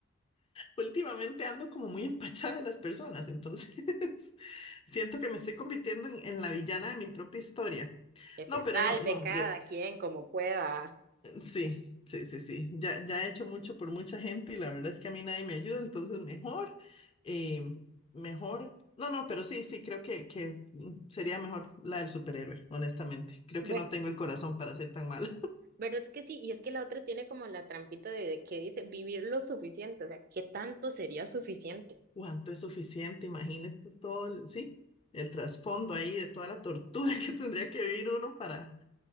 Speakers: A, on the left (about 25°); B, on the right (about 45°).
A: Últimamente ando como muy empachada de las personas, entonces <laughs> siento que me estoy convirtiendo en, en la villana de mi propia historia.
B: Que
A: No,
B: se
A: pero
B: salve
A: no, no,
B: cada
A: de,
B: quien como pueda.
A: sí, sí, sí, sí. Ya, ya he hecho mucho por mucha gente y la verdad es que a mí nadie me ayuda, entonces mejor, eh, mejor. No, no, pero sí, sí, creo que, que mm, sería mejor la del superhéroe, honestamente. Creo que
B: Ver-
A: no tengo el corazón para ser tan mala.
B: ¿verdad que sí? Y es que la otra tiene como la trampita de, de que dice vivir lo suficiente, o sea, ¿qué tanto sería suficiente?
A: ¿Cuánto es suficiente? Imagínate todo el, sí, el trasfondo ahí de toda la tortura <laughs> que tendría que vivir uno para,